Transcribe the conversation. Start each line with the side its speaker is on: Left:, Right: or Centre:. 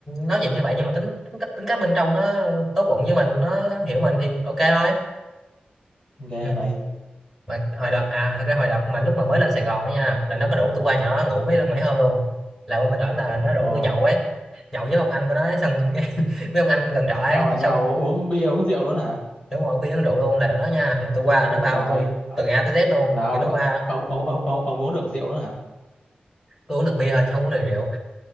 Centre: nói chuyện như vậy nhưng mà tính tính cách tính cách bên trong nó tốt bụng với mình nó hiểu mình thì ok thôi
Left: ghê
Centre: ừ.
Left: vậy
Centre: mà hồi đợt à thật ra hồi đợt mà lúc mà mới lên Sài Gòn á nha là nó có rủ tôi qua nhỏ ngủ mấy mấy hôm luôn là qua bên đó là nó rủ
Left: ồ
Centre: tôi nhậu ấy nhậu với ông anh của nó ấy, xong cái <laughs> với ông anh gần trọ ấy
Left: nhậu là
Centre: xong
Left: nhậu uống bia uống rượu luôn hả
Centre: kiểu ngồi uống bia uống rượu luôn là đợt đó nha là tôi qua
Left: ghê
Centre: là nó
Left: vậy
Centre: bao
Left: trời
Centre: tôi
Left: Ờ,
Centre: từ A tới Z luôn
Left: là ông
Centre: kiểu nó
Left: ờ,
Centre: qua
Left: ông ông ông ông, ông uống được rượu nữa hả
Centre: tôi uống được bia thôi chứ không uống được rượu